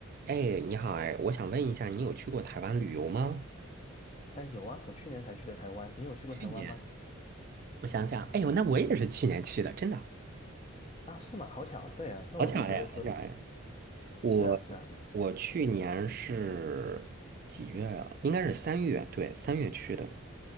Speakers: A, on the right; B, on the left.
A: 哎，你好哎，我想问一下，你有去过台湾旅游吗？
B: 哎，有啊，我去年才去的台湾，你有去过台湾吗？
A: 去年，我想想，哎呦，那我也是去年去的，真的，
B: 啊，是吗？好巧，对啊，那我就觉得说，
A: 好巧哎，好巧哎！我
B: 是啊，是啊，
A: 我去年是几月啊？应该是三月，对，三月去的。